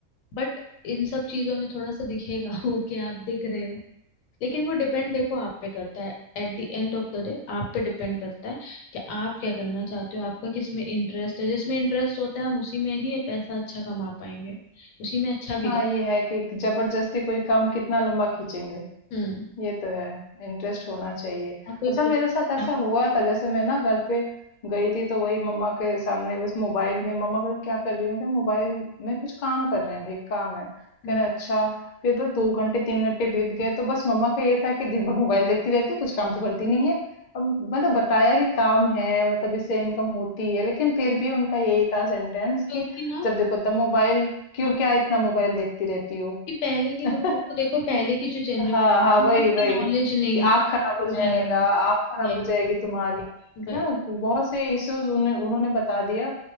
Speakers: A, on the left (about 85°); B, on the left (about 65°).
A: बट इन सब चीजों में थोड़ा सा दिखेगा <laughs> वो कि आप दिख रहे हो लेकिन वो डिपेंड देखो आप पे करता है at the end of the day आप पे डिपेंड करता है कि आप क्या करना चाहते हो आपका किस में इंटरेस्ट है जिसमें इंटरेस्ट होता है हम उसी में ही ये पैसा अच्छा कमा पाएंगे उसी में अच्छा भी
B: हाँ,
A: कर
B: ये है कि जबरदस्ती कोई काम कितना लंबा खींचेंगे।
A: हम्म
B: ये तो है, इंटरेस्ट होना चाहिए।
A: ना कोई
B: अच्छा
A: business
B: मेरे साथ ऐसा
A: plan।
B: हुआ था जैसे मैं ना घर पे गई थी तो वही मम्मा के सामने बस मोबाइल में मम्मा कहे क्या कर रही हूँ? मैं कहा मोबाइल में कुछ काम कर रहे हैं भाई काम है।
A: हम्म।
B: कह रहे अच्छा फिर बस 2 घंटे 3 घंटे बीत गए तो बस मम्मा का ये था कि दिन भर मोबाइल देखती रहती है कुछ काम तो करती नहीं है। अब मतलब बताया कि काम है मतलब इससे इनकम होती है लेकिन फिर भी उनका यही था सेंटेंस
A: क्योंकि
B: कि
A: ना
B: जब देखो तब मोबाइल क्यों
A: हाँ
B: क्या इतना मोबाइल देखती रहती हो?
A: कि पहले के
B: <laughs>
A: लोगों को देखो पहले की जो जनरेशन
B: हाँ
A: है
B: हाँ
A: उनको
B: वही
A: इतना
B: वही
A: नॉलेज नहीं
B: कि
A: है एक्सपोजर
B: आँख खराब हो जाएगा
A: नहीं है।
B: आँख खराब
A: वही
B: हो जाएगी तुम्हारी
A: वही
B: ना बहुत से इश्यूज उन्हें उन्होंने बता दिया